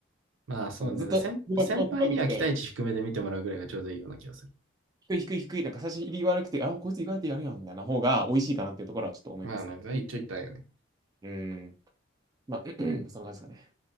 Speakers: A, on the right; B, on the right.
A: まあそうね、
B: そのずっと、
A: だから先、
B: すごいすごいすごいってきて、
A: 先輩には期待値低めで見てもらうぐらいがちょうどいいような気がする。
B: 低い低い低い、なんか最初入り悪くて、あ、こいつ意外とやるやん、みたいな方が美味しいかなっていうところはちょっと思いますね。
A: まあね、一長一短よね。
B: うん。まあ、<clears throat> そんな感じですかね。